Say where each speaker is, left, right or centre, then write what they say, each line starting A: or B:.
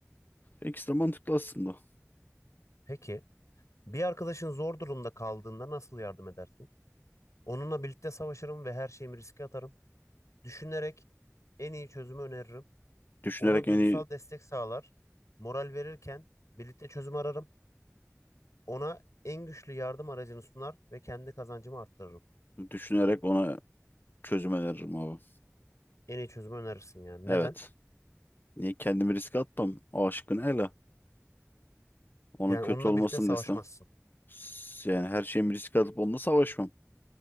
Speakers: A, on the left; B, on the left.
A: İkisi de mantıklı aslında.
B: Peki Bir arkadaşın zor durumda kaldığında nasıl yardım edersin? Onunla birlikte savaşırım ve her şeyimi riske atarım. Düşünerek en iyi çözümü öneririm.
A: Düşünerek
B: Ona duygusal
A: en iyi
B: destek sağlar. Moral verirken birlikte çözüm ararım. Ona en güçlü yardım aracını sunar ve kendi kazancımı arttırırım.
A: düşünerek ona çözüm öneririm abi.
B: En iyi çözümü önerirsin yani.
A: Evet.
B: Neden?
A: Niye kendimi riske atmam? O aşkın hele. Onun
B: Yani
A: kötü
B: onunla
A: olmasını
B: birlikte savaşmazsın.
A: da istemem. S- Yani her şeyimi riske atıp onunla savaşmam.